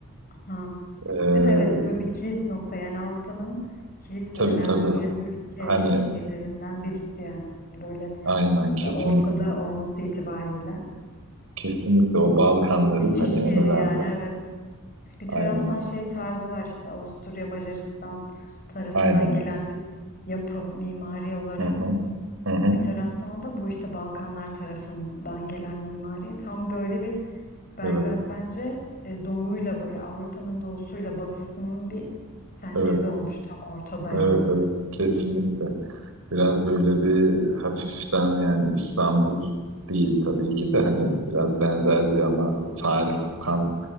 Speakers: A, on the left (about 40°); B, on the right (about 70°).
A: Ha.
B: Ee,
A: Değil mi? Evet böyle bir kilit nokta yani Avrupa'nın kilit
B: tabii
A: ve önemli
B: tabii.
A: yer- ülke
B: Hani
A: ve şehirlerinden birisi yani. Böyle
B: aynen kesinlikle.
A: ortada olması itibariyle.
B: Kesinlikle o Balkanların
A: Geçiş
B: hani en
A: yeri
B: önemli.
A: yani evet. Bir
B: Aynen.
A: taraftan şey tarzı var işte Avusturya Macaristan tarafından
B: Aynen.
A: gelen bir yapı mimari olarak.
B: Hı hı. Hı hı.
A: Bir taraftan da bu işte Balkanlar tarafından gelen mimari tam böyle bir Belgrad
B: Evet.
A: bence e, doğuyla ba- ya Avrupa'nın doğusuyla batısının bir sentezi
B: Evet.
A: olmuş tam ortada
B: Evet
A: yani.
B: evet kesinlikle. Biraz böyle bir hafiften yani İstanbul değil tabii ki de hani biraz benzer bir ama o tarih kokan